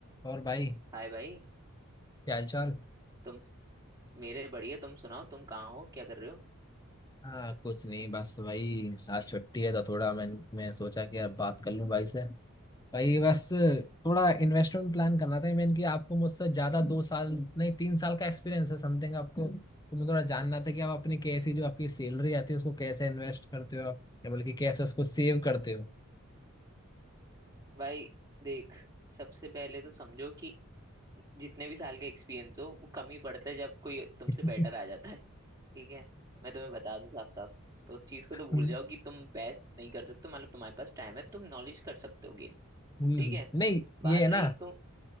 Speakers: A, on the left (about 20°); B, on the right (about 15°).
A: और भाई
B: हाय भाई
A: क्या हाल चाल
B: तुम मेरे बढ़िया तुम सुनाओ तुम कहाँ हो क्या कर रहे हो
A: हाँ कुछ नहीं बस भाई आज छुट्टी है तो थोड़ा मैं मैं सोचा कि अब बात कर लूं भाई से भाई बस थोड़ा इन्वेस्टमेंट प्लान करना था मैंने कि आपको मुझसे ज़्यादा दो साल नहीं तीन साल का एक्सपीरियंस है समथिंग आपको तो मैं थोड़ा जानना था कि आप अपनी कैसी जो आपकी सैलरी आती है उसको कैसे इन्वेस्ट करते हो आप या बल्कि कैसे उसको सेव करते हो
B: भाई देख सबसे पहले तो समझो कि जितने भी साल का एक्सपीरियंस हो वो कम ही पड़ता है जब कोई तुमसे
A: <laughs>
B: बेटर आ जाता है ठीक है मैं तुम्हें बता दूं साफ साफ तो उस चीज़ को तो भूल
A: हम्म,
B: जाओ कि तुम बेस्ट नहीं कर सकते हो, मतलब तुम्हारे पास टाइम है तुम नॉलेज कर सकते हो गेन
A: हम्म,
B: ठीक है
A: नहीं
B: बात
A: ये है ना
B: रही तुम